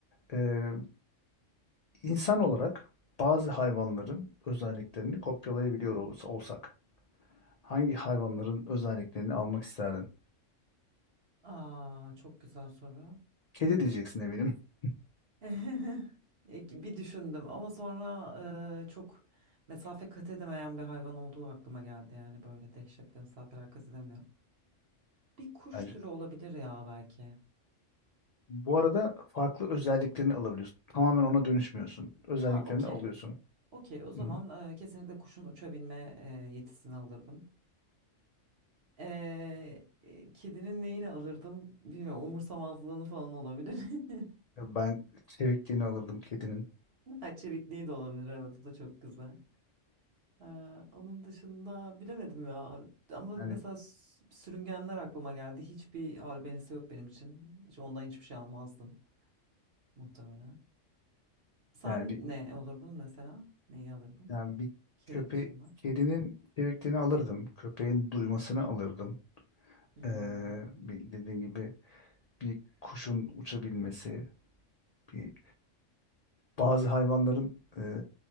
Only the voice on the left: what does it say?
Ee, insan olarak bazı hayvanların özelliklerini kopyalayabiliyor olursa olsak, hangi hayvanların özelliklerini almak isterdin?
Kedi diyeceksin eminim. <laughs>
Bence.
Bu arada farklı özelliklerini alabiliyorsun. Tamamen ona dönüşmüyorsun. Özelliklerini
alıyorsun.
Hı hı.
Ben çevikliğini alırdım kedinin.
Yani
yani bir
yani bir
köpe
kedinin çevikliğini alırdım. Köpeğin duymasını alırdım.
Ee, bir- dediğin gibi bir kuşun uçabilmesi, bir bazı hayvanların eee,